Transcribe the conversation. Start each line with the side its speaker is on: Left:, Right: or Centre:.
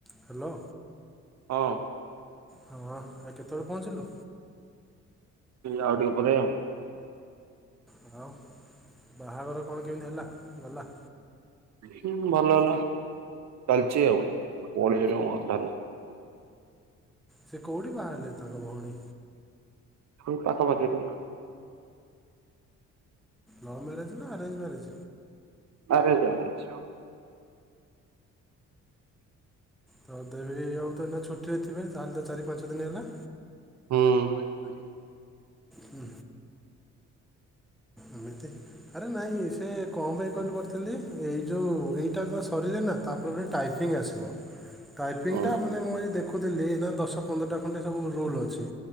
Centre: Hello.
Right: ହଁ।
Centre: ହଁ ଆଉ କେତେବେଳେ ପହଞ୍ଚିଲୁ?
Right: ଆଉ ଟିକେ ପରେ ଆଉ।
Centre: ଓହୋ। ବାହାଘର କଣ କେମିତି ହେଲା ଗଲା
Right: ହୁଁ ଭଲ ହେଲା ଚାଲିଛି ଆଉ <inaudible>
Centre: ସେ କଉଠି ବା ଲିତା ର ଭଉନି
Right: ଆ କ <inaudible>
Centre: ଲଭ୍ ମ୍ୟାରେଜ ନା ଆରେଞଜ ମ୍ୟାରେଜ
Right: ଆରେଞ୍ଜା ଆରେଞ୍ଜ
Centre: ତ ଦେବି ଆଉ ତ ଏ ଛୁଟିରେ ଥିବେ ତାହେଲେ ତ ଚାରି ପାଞ୍ଚ କେତେ ଦିନି ହେଲା
Right: ହୂଁ
Centre: ହୁଁ ଏମିତି ଆରେ ନାଇଁ ସେ କମ ପାଇଁ କହିଲ ଥିଲ ଏଇ ଯୋଉ ଏଇଟା କଣ ସରିଲେ ନା ତାପରେ ଟାଇପିଙ୍ଗ ଆସିବ ତାପିଙ୍ଗ
Right: ହୁଁ
Centre: ଟା ମାନେ ମୁଁ ଆଜି ଦେ ଦେଖୁଥିଲି ନା ଦଶ ପନ୍ଦରଟା ଖଣ୍ଡେ ସବୁ ରୁଲ୍ ଅଛି